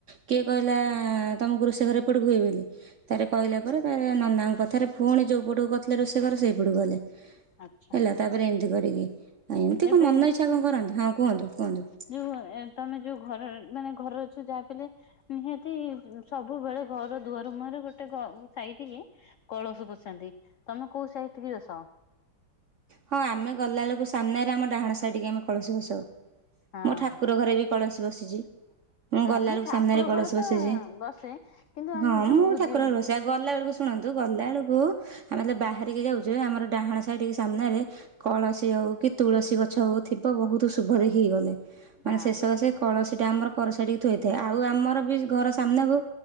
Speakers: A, on the right (about 60°); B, on the left (about 85°).
A: କିଏ କହିଲା ତମକୁ ରୋଷେଇ ଘରେ ଏପଟକୁ ହୁଏ ବୋଲି। ତାରେ କହିଲା ପରେ ତାର ନନାଙ୍କ କଥାରେ ପୁଣି ଯୋଉପଟକୁ କରିଥିଲେ ରୋଷେଇ ଘର ସେଇପଟକୁ କଲେ।
B: ଆଚ୍ଛା
A: ହେଲା ତାପରେ ଏମିତି କରିକି ଆ ଏମିତି
B: ଏବେ
A: କଣ ମନ ଇଚ୍ଛା କଣ କରନ୍ତି ହଁ କୁହନ୍ତୁ କୁହନ୍ତୁ।
B: ଯୋଉ ତମେ ଯୋଉ ଘର ମାନେ ଘର ଅଛ ଯାହାବି ହେଲେ। ନିହାତି ସବୁବେଳେ ଘର ଦୁଆର ମୁହରେ ଗୋଟେ ଗ ସାଇଡି କି କଳସ ବସାନ୍ତି ତମେ କୋଉ ସାଇଟି କି ବସ?
A: ହଁ ଆମେ ଗଲାବେଳକୁ ସାମ୍ନାରେ ଆମ ଡାହାଣ ସାଇଡି କି ଆମେ କଳସୀ ବସାଉ
B: ହଁ
A: ମୋ ଠାକୁର ଘରେ ବି କଳସୀ ବସିଛି। ମୁଁ
B: ହଁ
A: ଗଲା
B: ନାଇଁ
A: ବେଳକୁ
B: ଠାକୁର
A: ସାମ୍ନାରେ କଳସୀ
B: ଘର
A: ବସିଛି
B: ତ ବସେ କିନ୍ତୁ ଆମର
A: ହଁ
B: ଯୋଉ
A: ମୁଁ
B: ବୁଝି
A: ଠାକୁରଅରେ ବସାଏ ଆଉ ଗଲା ବେଳକୁ ଶୁଣନ୍ତୁ ଗଲା ବେଳକୁ ଆମେ ଯେତେଳେ ବାହାରିକି ଯାଉଛେ ଆମର ଡାହାଣ ସାହିିଟିକି ସାମ୍ନାରେ କଳସୀ ହଉ କି ତୁଳସୀ ଗଛ ହଉ ଥିବ ବହୁତୁ ଶୁଭ ଦେଖିକି ଗଲେ। ମାନେ
B: ହଁ
A: ଶେସକାସେ କଳସୀ ଟା ଆମର କର ସାଇଟିକି ଥୁଆ ହୋଇଥିବ ଆଉ ଆମର ବି ଘର ସାମ୍ନାକୁ